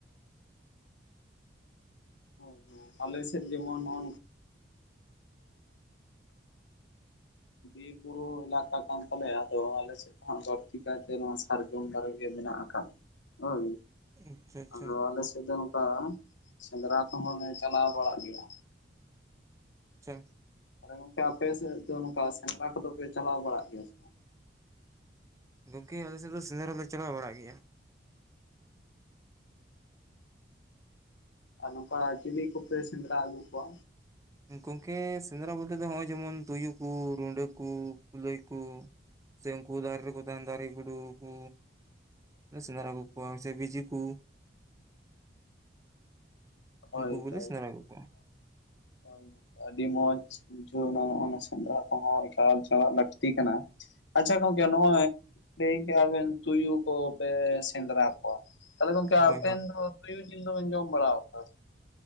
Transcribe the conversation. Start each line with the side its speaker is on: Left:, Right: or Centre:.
Left: ᱦᱳᱭ ᱡᱳᱭ ᱟᱞᱮ ᱥᱮᱫ ᱡᱮᱢᱚᱱ ᱱᱚᱜᱼᱚ ᱱᱚᱝ ᱵᱤᱨ ᱵᱩᱨᱩ ᱮᱞᱟᱠᱟ ᱠᱟᱱ ᱛᱟᱞᱮᱭᱟ ᱟᱫᱚ ᱟᱞᱮᱥᱮᱫ ᱦᱟᱸᱜ ᱵᱟᱹᱲᱛᱤ ᱠᱟᱭᱛᱮ ᱱᱚᱣᱟ ᱥᱟᱨᱡᱚᱢ ᱫᱟᱨᱮ ᱜᱮ ᱢᱮᱱᱟᱜ ᱟᱠᱟᱫ ᱦᱳᱭ᱾
Right: ᱟᱪᱪᱷᱟ ᱟᱪᱪᱷᱟ
Left: ᱟᱫᱚ ᱟᱞᱮ ᱥᱮᱫ ᱫᱚ ᱱᱚᱝᱠᱟ ᱥᱮᱸᱫᱽᱨᱟ ᱠᱚᱦᱚᱸᱞᱮ ᱪᱟᱞᱟᱣ ᱵᱟᱲᱟᱜ ᱜᱮᱭᱟ᱾
Right: ᱪᱦᱷᱮᱢ
Left: ᱛᱟᱦᱞᱮ ᱜᱚᱝᱠᱮ ᱟᱯᱮ ᱥᱮᱫ ᱫᱚ ᱱᱚᱝᱠᱟ ᱥᱮᱸᱫᱽᱨᱟ ᱠᱚᱫᱚ ᱯᱮ ᱪᱟᱞᱟᱣ ᱵᱟᱲᱟᱜ ᱜᱮᱭᱟ ᱥᱮ ᱵᱟᱝ?
Right: ᱜᱚᱝᱠᱮ ᱟᱞᱮᱥᱮᱫ ᱫᱚ ᱥᱮᱸᱫᱽᱨᱟ ᱞᱮ ᱪᱟᱞᱟᱣ ᱵᱟᱲᱟᱜ ᱜᱮᱭᱟ᱾
Left: ᱟᱨ ᱱᱚᱝᱠᱟ ᱪᱤᱞᱤ ᱠᱚᱯᱮ ᱥᱮᱸᱫᱽᱨᱟ ᱟᱹᱜᱩ ᱠᱚᱣᱟ?
Right: ᱜᱚᱢᱠᱮ ᱥᱮᱸᱫᱽᱨᱟ ᱵᱚᱞᱛᱮ ᱫᱚ ᱱᱚᱜᱼᱚᱭ ᱡᱮᱢᱚᱱ ᱛᱩᱭᱩ ᱠᱩ ᱨᱩᱰᱟᱹ ᱠᱩ ᱠᱩᱞᱟᱹᱭ ᱠᱩ ᱥᱮ ᱩᱝᱠᱩ ᱫᱟᱨᱮ ᱨᱮ ᱠᱚ ᱛᱟᱦᱮᱸᱱ ᱫᱟᱨᱮ ᱜᱩᱰᱩ ᱠᱩ ᱥᱨᱸᱫᱨᱟ ᱟᱜᱩ ᱠᱩᱣᱟ, ᱥᱮ ᱵᱤᱡᱤ ᱠᱚ
Left: ᱦᱳᱭ
Right: ᱩᱱᱠᱩ ᱠᱚᱞᱮ
Left: ᱦᱳᱭ,
Right: ᱥᱮᱸᱫᱽᱨᱟ ᱟᱹᱜᱩ ᱠᱚᱣᱟ
Left: ᱳᱭ ᱱᱚᱝᱠᱟ ᱟᱹᱰᱤ ᱢᱚᱸᱡᱽ ᱾ ᱵᱩᱷᱟᱹᱣ ᱚᱱᱟ ᱥᱮᱸᱫᱽᱨᱟ ᱠᱚᱦᱚᱸ ᱮᱠᱟᱞ ᱪᱟᱞᱟᱜ ᱞᱟᱹᱠᱛᱤ ᱠᱟᱱᱟ ᱾ ᱟᱪᱪᱷᱟ ᱜᱚᱝᱠᱮ ᱱᱚᱜᱼᱚᱭ ᱞᱟᱹᱭ ᱠᱮᱜ-ᱟ ᱵᱮᱱ ᱛᱩᱭᱩ ᱠᱚ ᱯᱮ ᱥᱮᱸᱫᱽᱨᱟ ᱛᱟᱦᱞᱮ ᱜᱚᱝᱠᱮ
Right: ᱦᱳᱭ
Left: ᱟᱵᱮᱱ
Right: ᱦᱳᱭ
Left: ᱫᱚ ᱛᱩᱭᱩ ᱡᱤᱞ ᱫᱚ ᱵᱮᱱ ᱡᱚᱢ ᱵᱟᱲᱟᱣ ᱠᱟᱫᱟ?